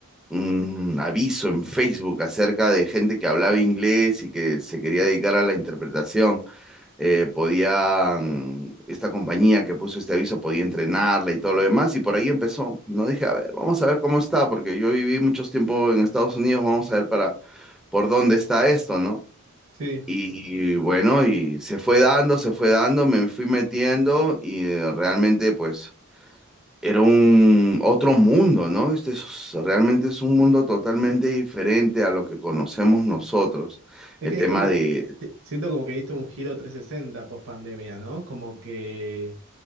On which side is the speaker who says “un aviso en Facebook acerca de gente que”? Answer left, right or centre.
Centre